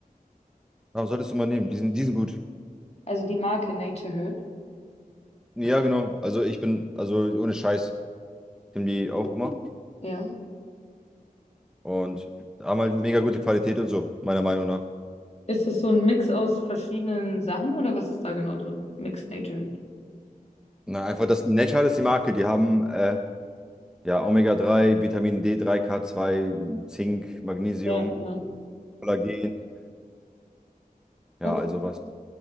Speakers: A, in the centre; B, on the left.
A: Warum solltest du mal nehmen? Die sind, die sind gut.
B: Also die Marke Nature Hurt.
A: Ja, genau. Also ich bin, also ohne Scheiß, nehmen die auch immer.
B: Ja.
A: Und haben halt mega gute Qualität und so, meiner Meinung nach.
B: Ist das so ein Mix aus verschiedenen Sachen oder was ist da genau drin? Mix Nature Herd.
A: Na, einfach das Nature Hard ist die Marke. Die haben äh, ja omega drei, Vitamin d drei, k zwei, Zink, Magnesium,
B: Ja, ja.
A: Kollagen. Ja,
B: Okay.
A: also was.